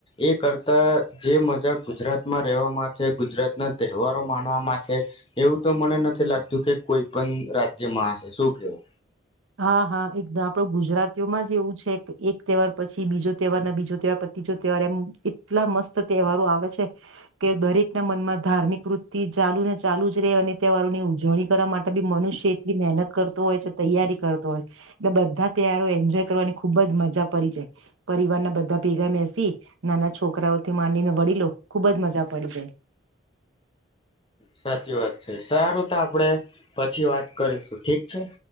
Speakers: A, on the left; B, on the right.
A: એ કરતા જે મજા ગુજરાતમાં રહેવામાં છે ગુજરાતના તહેવારો માનવામાં છે, એવું તો મને નથી લાગતું કે કોઈ પણ રાજ જેમાંશે શું કેવું?
B: હા હા એકદમ આપડો ગુજરાતીઓમાં જ એવું છે એક તહેવાર પછી બીજો તહેવાર ના બીજો તહેવાર ત્રીજો તહેવાર એમ એટલા મસ્ત તહેવારો આવે છે, કે દરેક ના મનમાં ધાર્મિક વૃત્તિ ચાલુ ને ચાલુ જ રે અને તહેવારોની ઉજવણી કરવા માટે બી મનુષ્ય એટલી મહેનત કરતું હોય છે તૈયારી કરતો હોય, એટલે બધા તયાર એન્જોય કરવાની ખૂબ જ મજા પડી જાય, પરિવારના બધા ભેગા, મેસી નાના છોકરાઓથી માંનીને વળલો ખૂબજ મજા પડી જાય.
A: સાચી વાત છે. સારું તો આપડણે પછી વાત કરીશું. ઠીક છે